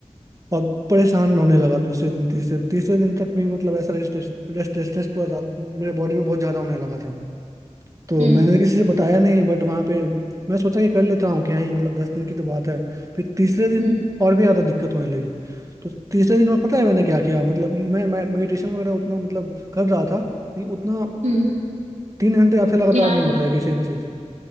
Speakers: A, on the right; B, on the right.
A: और परेशान होने लगा दूसरे दिन तीसरे तीसरे दिन तक भी मतलब ऐसा रेस्टलेस रेस्टलेसनेस पूरा ज्यादा- मेरे बॉडी में बहुत ज्यादा होने लगा था तो
B: हम्म
A: मैंने तो किसी से बताया नहीं बट वहाँ पे मैं सोचा कि कर लेता हूँ क्या ही मतलब दस दिन की तो बात है फिर तीसरे दिन
B: हम्म
A: और भी ज़्यादा दिक्कत होने लगी तो तीसरे दिन में पता है मैंने क्या किया मतलब मैं मैं मेडिटेशन वगैरह उतना मतलब कर रहा था नहीं उतना
B: हम्म
A: तीन घंटे आपसे लगातार
B: ध्यान
A: नहीं हो
B: नहीं
A: पाएगी सेम चीज़